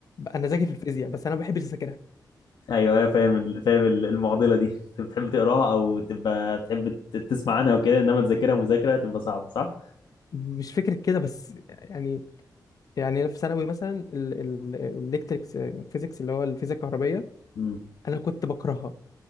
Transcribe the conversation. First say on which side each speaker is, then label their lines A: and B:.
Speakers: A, on the left; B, on the left.
A: انا ذاكر في الفيزياء بس انا ما بحبش اذاكرها
B: ايوه ايوه فاهم ال- فاهم ال- المعضله دي <laughs> انت بتحب تقراها او تبقى بتحب ت- تسمع عنها وكده انما تذاكرها مذاكره تبقى صعبه صح
A: مش فكره كده بس يعني يعني أنا في ثانوي مثلا الالكتريكس فيزيكس اللي هو الفيزياء الكهربائيه
B: امم
A: انا كنت بكرهها